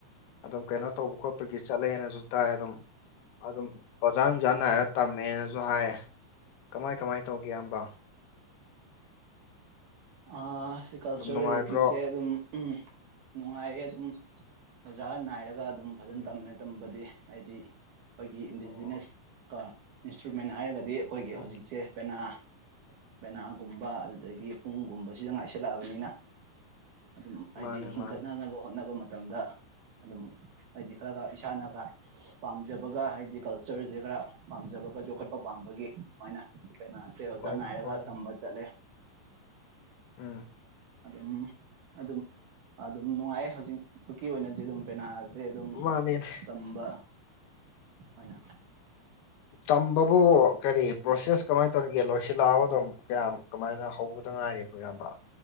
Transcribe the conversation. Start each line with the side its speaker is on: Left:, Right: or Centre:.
Left: ꯑꯗꯨꯝ ꯀꯩꯅꯣ ꯇꯧꯕ ꯈꯣꯠꯄꯒꯤ ꯆꯠꯂꯦꯅꯁꯨ ꯇꯥꯏ ꯑꯗꯨꯝ ꯑꯗꯨꯝ ꯑꯣꯖꯥ ꯅꯨꯡꯖꯥꯥ ꯅꯥꯏꯔ ꯇꯝꯃꯦꯅꯖꯨ ꯍꯥꯏ ꯀꯃꯥꯏ ꯀꯃꯥꯏ ꯇꯧꯒꯦ ꯏꯌꯝꯕ
Right: ꯑ ꯁꯤ ꯀꯜꯆꯔꯦꯜꯒꯤꯁꯦ
Left: ꯑꯗꯨꯝ ꯅꯨꯡꯉꯥꯏꯕ꯭ꯔꯣ
Right: ꯑꯗꯨꯝ ꯎꯝ ꯅꯨꯡꯉꯥꯏꯌꯦ ꯑꯗꯨꯝ ꯑꯣꯖꯥ ꯅꯥꯏꯔꯒ ꯑꯗꯨꯝ ꯐꯖꯟ
Left: ꯎꯝ
Right: ꯇꯝꯃꯦ ꯇꯝꯕꯗꯤ ꯍꯥꯏꯗꯤ ꯑꯩꯈꯣꯏꯒꯤ ꯏꯟꯗꯤꯖꯤꯅ꯭ꯁ
Left: ꯑꯣ
Right: ꯀꯣ ꯏꯟꯁꯇ꯭ꯔꯨꯃꯦꯟ ꯍꯥꯏꯔꯒꯗꯤ ꯑꯩꯈꯣꯏꯒꯤ
Left: ꯎꯝ
Right: ꯍꯧꯖꯤꯛꯁꯦ ꯄꯦꯅꯥ ꯄꯦꯅꯥꯒꯨꯝꯕ ꯑꯗꯨꯗꯒꯤ ꯄꯨꯡꯒꯨꯝꯕꯁꯤꯗ ꯉꯥꯏꯁꯜꯂꯛꯑꯕꯅꯤꯅ ꯑꯗꯨꯝ ꯍꯥꯏꯗꯤ
Left: ꯃꯥꯅꯦ
Right: ꯍꯤꯡꯒꯠꯅꯅꯕ
Left: ꯃꯥꯅꯦ
Right: ꯍꯣꯠꯅꯕ ꯃꯇꯝꯗ ꯑꯗꯨꯝ ꯍꯥꯏꯗꯤ ꯈꯔꯒ ꯏꯁꯥꯅꯒ ꯄꯥꯝꯖꯕꯒ ꯍꯥꯏꯗꯤ ꯀꯜꯆꯔꯁꯦ ꯈꯔ ꯄꯥꯝꯖꯕꯒ ꯌꯣꯛꯈꯠꯄ ꯄꯥꯝꯕꯒꯤ ꯑꯗꯨꯃꯥꯏꯅ ꯄꯦꯅꯥ ꯁꯦ ꯑꯣꯖꯥ
Left: ꯍꯣꯏ
Right: ꯅꯥꯏꯔꯒ
Left: ꯍꯣꯏ
Right: ꯇꯝꯕ ꯆꯠꯂꯦ
Left: ꯎꯝ
Right: ꯑꯗꯨꯝ ꯑꯗꯨꯝ ꯑꯗꯨꯝ ꯅꯨꯡꯉꯥꯏ ꯍꯧꯖꯤꯛꯄꯨꯛꯀꯤ ꯑꯣꯏꯅꯗꯤ ꯑꯗꯨꯝ ꯄꯦꯅꯥ ꯁꯦ ꯑꯗꯨꯝ
Left: ꯃꯥꯅꯦꯅꯦ
Right: ꯇꯝꯕ ꯑꯣꯏꯅ
Left: ꯇꯝꯕꯕꯨ ꯀꯔꯤ ꯄ꯭ꯔꯣꯁꯦꯁ ꯀꯃꯥꯏ ꯇꯧꯔꯤꯒꯦ ꯂꯣꯏꯁꯤꯜꯂꯛꯑꯕꯣ ꯑꯗꯨꯝ ꯀꯌꯥꯝ ꯀꯃꯥꯏꯅ ꯍꯧꯕꯗ ꯉꯥꯏꯔꯤꯕꯣ ꯏꯌꯥꯝꯕ